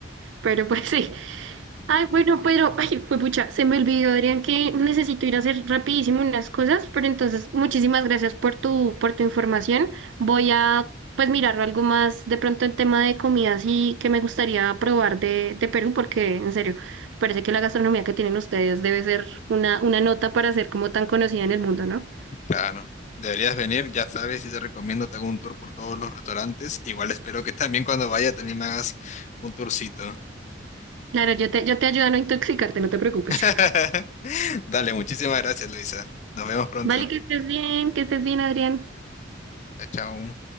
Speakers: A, on the right; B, on the left.
A: Pero pues <laughs> sí. Ay, bueno, pero, ay, juepucha, se me olvidó, Adrián, que necesito ir a hacer rapidísimo unas cosas, pero entonces, muchísimas gracias por tu, por tu información. Voy a, pues, mirar algo más de pronto en tema de comidas y que me gustaría probar de, de Perú, porque, en serio, parece que la gastronomía que tienen ustedes debe ser una, una nota para ser como tan conocida en el mundo, ¿no?
B: Claro, deberías venir, ya sabes, y te recomiendo, te hago un tour por todos los restaurantes. Igual espero que también cuando vaya también me hagas un tourcito.
A: Claro, yo te, yo te ayudo a no intoxicarte, no te preocupes.
B: <laughs>
A: <laughs>
B: Dale, muchísimas gracias, Luisa. Nos vemos pronto.
A: Vale, que estés bien, que estés bien, Adrián.
B: Chao.